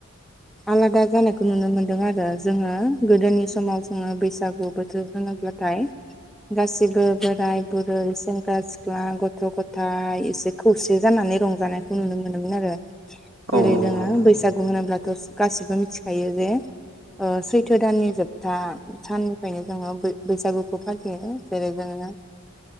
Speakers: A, in the centre; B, on the right.
A: आलादा जानायखौ नुनो मोनदों आरो जोंङो गोदोनि समाव जोंङो बैसागु बोथोर होनोब्लाथाय गासिबो बोराय बुरै सेंग्रा सिख्ला गथ' गथाय एसे खौसे जानानै रंजानायखौ नुनो मोनोमोन आरो जेरै
B: औ नंगौ
A: जोंङो
B: नोंथां
A: बैस बैसागु होनोब्लाथ' गासिबो मिथिखायो जे सैथो दाननि जोबथा साननिफ्रायनो जोंङो बैसागुखौ फालियो जेरै जोंङो